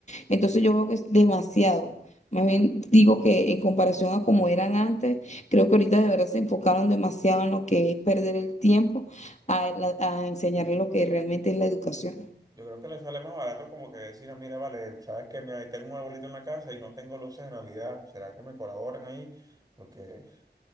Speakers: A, on the left; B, on the right.
A: Entonces
B: eh,
A: yo veo que es demasiado. Más bien digo que en comparación a como eran antes, creo que ahorita de verdad se enfocaron demasiado en lo que es perder el tiempo a, la- a enseñarle lo que realmente es la educación.
B: yo creo que le sale más barato como que decir, "Ah, mira, vale, sabes que mira, ahí tengo un arbolito en la casa y no tengo luces de Navidad, ¿será que me colaboran ahí? Porque